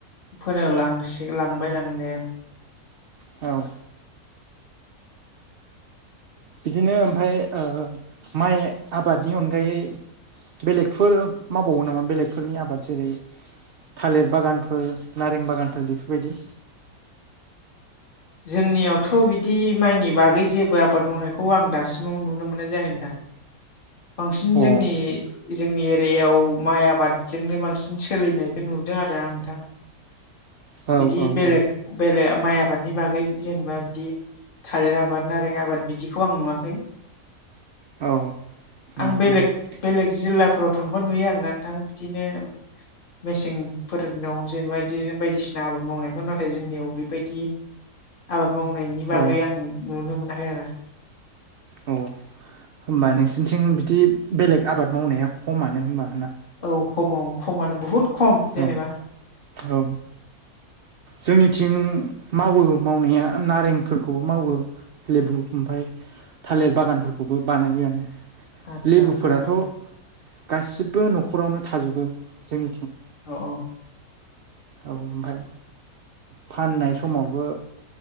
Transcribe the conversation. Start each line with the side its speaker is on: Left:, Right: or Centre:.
Left: फोनो लांसिग लांबाय लांनाया
Right: औ बिदिनो ओमफाय ओ माइ आबादनि अनगायै बेलेगफोर मावबावो नामा बेलेगफोरनि आबाद जेरै थालिर बागानफोर नारें बागानफोर बेफोरबायदि
Left: जोंनियावथ' बिदि माइनि बागै जेबो आबाद मावनायखौ आं दासिमाव नुनो मोननाय जायाखै नोंथां बांसिन
Right: अ
Left: जोंनि जोंनि एरि बेयाव माइ आबादजोंनो बांसिन सोलिनायखौ नुदों आरो आं दा
Right: औ
Left: बिदि
Right: औ
Left: बेलेग
Right: औ
Left: बेलेग माइ आबादनि बागै जेनेबा बिदि थालिर आबाद नारें आबाद बिदिखौ आं नुवाखै
Right: औ औ
Left: आं बेलेग बेलेग जिलाफोराव थांबा नुयो आरोना नोंथां बिदिनो मेसेंफोरनाव जेनबादि बायदिसिना आबाद मावनायखौ नाथाय जोंनियाव बेबायदि आबाद मावनायनि बागै
Right: औ
Left: आं नुनो मोनाखै आरो
Right: औ होमबा नोंसोरनिथिं बिदि बेलेग आबाद मावनाया खमानो होनबा
Left: औ खमाव खमानो बुहुद खम जेनेबा
Right: औ औ जोंनिथिं मावो मावनाया नारेंफोरखौबो मावो लेबु ओमफाय थालिर बागानफोरखौबो बानायोआनो
Left: आतसा
Right: लेबुफोराथ'
Left: नोंथां
Right: गासिबो न'खरावनो थाजोबो जोंनि
Left: औ औ
Right: औ ओमफाय फाननाय समावबो